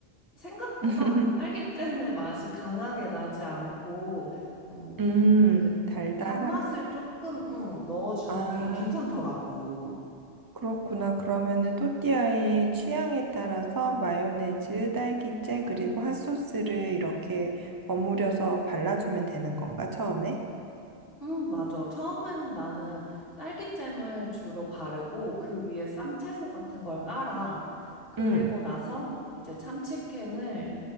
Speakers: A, on the left; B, on the right.
A: 생각보다
B: <laughs>
A: 그 딸기잼의 맛이 강하게 나지 않고 어,
B: 음,
A: 그
B: 달달함.
A: 단맛을 조금 응, 넣어주는
B: 아.
A: 게 괜찮더라고.
B: 그렇구나. 그러면은 또띠아의 취향에 따라서 마요네즈, 딸기잼, 그리고 핫소스를 이렇게 버무려서 발라주면 되는 건가, 처음에?
A: 응, 맞아. 처음에는 나는 딸기잼을 주로 바르고 그 위에 쌈채소 같은 걸 깔아. 그리고
B: 응,
A: 나서 이제 참치캔을